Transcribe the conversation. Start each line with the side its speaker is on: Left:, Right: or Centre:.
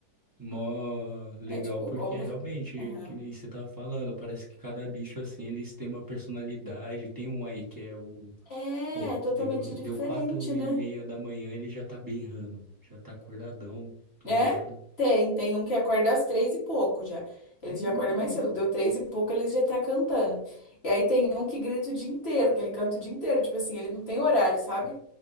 Right: Mó legal,
Left: É tipo
Right: porque
Left: como.
Right: é realmente,
Left: Aham.
Right: que nem você tava falando, parece que cada bicho, assim, eles têm uma personalidade. Tem um aí que é o...
Left: É,
Right: Pô,
Left: é totalmente
Right: deu,
Left: diferente,
Right: deu quatro e
Left: né?
Right: meia da manhã, ele já tá berrando. Já tá acordadão, tunado.
Left: É? Tem, tem um que acorda às três e pouco já. Eles
Right: Hum.
Left: já acordam mais cedo. Deu três e pouco, eles já tá cantando. E aí tem um que grita o dia inteiro, que ele canta o dia inteiro. Tipo assim, ele não tem horário, sabe?